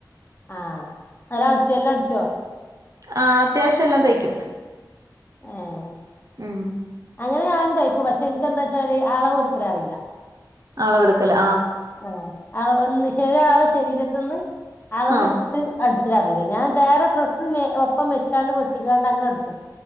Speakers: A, on the left; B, on the right.
A: ആഹ് നല്ല അടിച്ചോ എല്ലാ അടിച്ചോ
B: ആ അത്യാവശ്യം എല്ലാം തയ്ക്കും
A: ഏഹ്
B: ഉം
A: അങ്ങനെ ഞാനും തൈക്കും പക്ഷെ എനിക്ക്ന്താച്ചാല് അളവ് എടുക്കല് അറിയില്ല
B: അളവെടുക്കലാ
A: ആ അ വന്ന് ചെല ആളെ ശരീരത്ത്ന്ന് അളവെടുത്ത്
B: ആഹ്
A: അട് അത് അറിയില്ല ഞാൻ വേറെ ഡ്രസ്സ് ഒപ്പം വെച്ചാണ്ട് വെട്ടിക്കാണ്ട് അങ്ങനെ അടിച്ചും